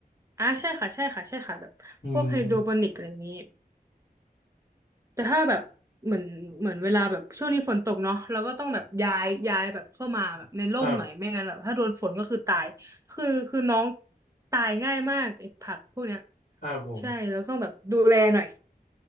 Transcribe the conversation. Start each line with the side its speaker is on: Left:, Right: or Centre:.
Right: อ่าใช่ค่ะใช่ค่ะใช่ค่ะแบบพวกไฮโดรโปนิกอะไรอย่างนี้
Left: อืม
Right: แต่ถ้าแบบเหมือนเหมือนเวลาแบบช่วงนี้ฝนตกเนาะเราก็ต้องแบบย้ายย้ายแบบเข้ามาแบบในร่มหน่อยไม่งั้นแบบถ้าโดนฝนก็คือตายคือคือน้อง
Left: ครับ
Right: ตายง่ายมากไอ้ผักพวกเนี้ย
Left: ครับผม
Right: ใช่เราต้องแบบดูแลหน่อย